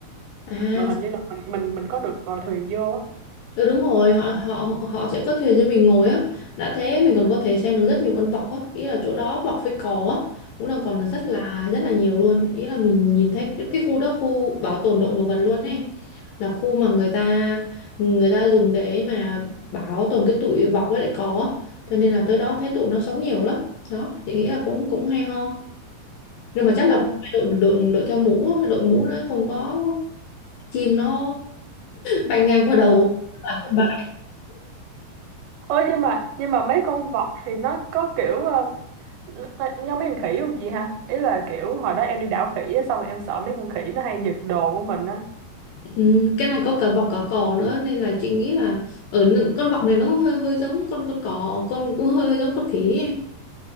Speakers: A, on the left (about 75°); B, on the right (about 85°).
A: à
B: Mà hình như là mình mình mình có được ngồi thuyền vô á.
A: Ừ, đúng rồi họ họ họ sẽ có thuyền cho mình ngồi á đã thế mình còn có thể xem được rất nhiều con vọc á ý là chỗ đó vọc với cò á cũng là còn là rất là rất là nhiều luôn ý là mình nhìn thấy cái, cái khu đó khu bảo tồn động động vật luôn ấy là khu mà người ta người ta dùng để mà bảo tồn cái tụi vọc với lại cò á cho nên là tới đó thấy tụi nó sống nhiều lắm đó chị nghĩ là cũng cũng hay ho nhưng mà chắc
B: Ừ.
A: là phải đội đội đội theo mũ á, đội mũ nó không có chim nó bay ngang qua đầu <laughs>
B: Ôi nhưng mà nhưng mà mấy con vọt thì nó có kiểu ờ, nó, nó giống mấy con khỉ không chị ha? Ý là kiểu hồi đó em đi đảo khỉ á, xong rồi em sợ mấy con khỉ nó hay giật đồ của mình á.
A: Ừ, cái này có cả vọc cả cò nữa nên là chị nghĩ là ở n- con vọc này nó cũng hơi hơi giống con con cò con cũng hơi, hơi giống con khỉ ấy em